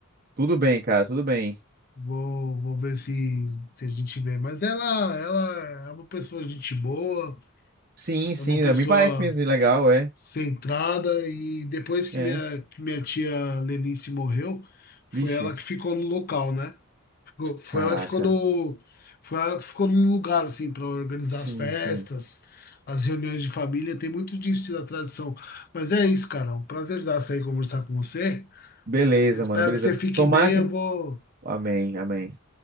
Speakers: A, on the right; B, on the left.
A: tudo bem, cara, tudo bem.
B: Vou, vou ver se, se a gente vê. Mas ela, ela é uma pessoa gente boa,
A: Sim, sim,
B: é uma pessoa
A: é, me parece mesmo legal, é.
B: centrada e depois que
A: É.
B: minha, que minha tia Lenice morreu, foi
A: Vixe,
B: ela que ficou no local, né? Ficou- foi
A: caraca.
B: ela que ficou no, foi ela que ficou no lugar, assim, para organizar
A: Sim,
B: as festas,
A: sim.
B: as reuniões de família, tem muito disso da tradição. Mas é isso, cara, um prazer dar sair conversar com você.
A: Beleza,
B: Espero
A: mano, beleza.
B: que você fique
A: Tomara
B: bem,
A: que.
B: eu vou.
A: Amém, amém.